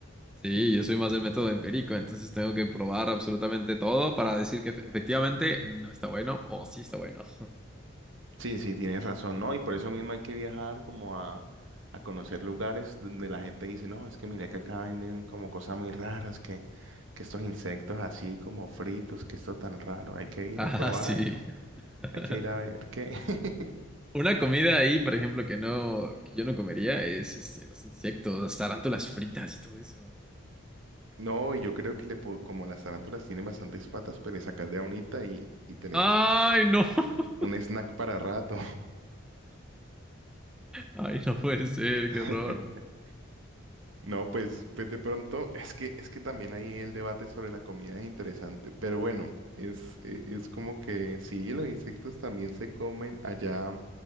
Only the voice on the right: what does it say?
Sí, sí, tienes razón, ¿no? Y por eso mismo hay que viajar como a, a conocer lugares donde la gente dice, no, es que mira que acá venden como cosas muy raras, que, que estos insectos así como fritos, que esto tan raro, hay que ir
a probar,
hay que ir a ver qué. <laughs>
No, y yo creo que le po- como las tarántulas tienen bastantes patas, pero le sacas de a unita y, y tenés
una...
Un snack para rato.
<laughs>
No, pues, pues de pronto, es que, es que también ahí el debate sobre la comida es interesante, pero bueno, es, e- es como que sí, los insectos también se comen allá,